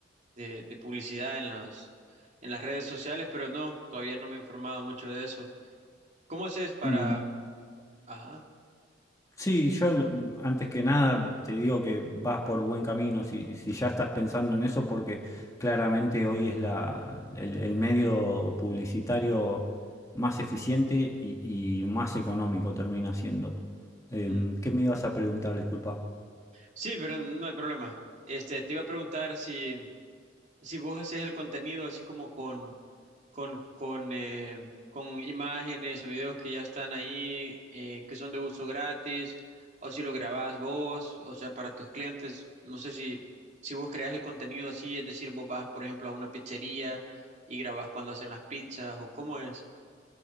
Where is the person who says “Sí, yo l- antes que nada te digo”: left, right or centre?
Left